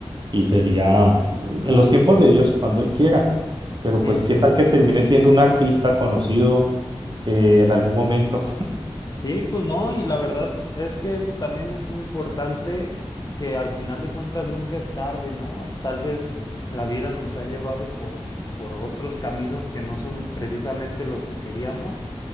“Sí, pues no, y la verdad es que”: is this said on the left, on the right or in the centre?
Left